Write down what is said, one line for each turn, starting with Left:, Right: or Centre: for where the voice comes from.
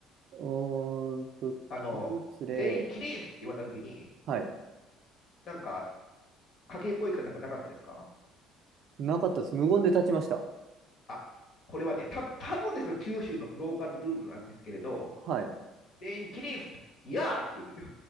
Right: うーんと、
Left: あの、
Right: 起立例。
Left: 全員起立って言われたときに、
Right: はい。
Left: なんか、掛け声かなんかなかったですか
Right: なかったです。無言で立ちました。
Left: あ、これはね、多分多分ですけど、九州のローカルルールなんですけれど、
Right: はい。
Left: 全員起立いやーって言うんですよ。